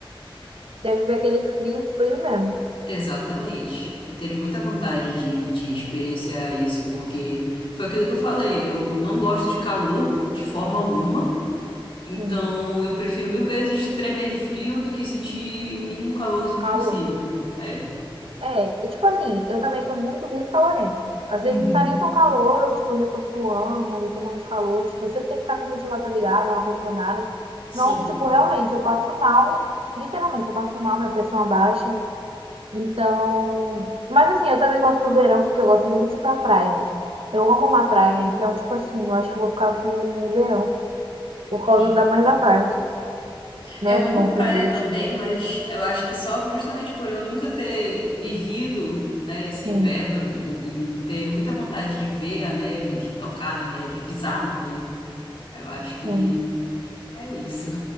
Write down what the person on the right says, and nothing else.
Deve ver aquele frio, frio mesmo.
Sim.
Um calor.
É, e, tipo assim, eu também sou muito, muito calorenta. Às
vezes não tá nem tão calor, eu, tipo, já tô suando, já tô morrendo de calor. Tipo, eu sempre tem que estar com o ventilador ligado, não ar-condicionado.
Não, tipo, realmente, eu passo mal. Literalmente, eu passo mal, minha pressão abaixa. Então... Mas assim, eu também gosto do verão, porque eu gosto muito de ir pra praia. Eu amo uma praia, então, tipo assim, eu acho que eu vou ficar com o verão. Por causa
da mais da parte, né?
Tomar
um sorvete.
Sim,
sim.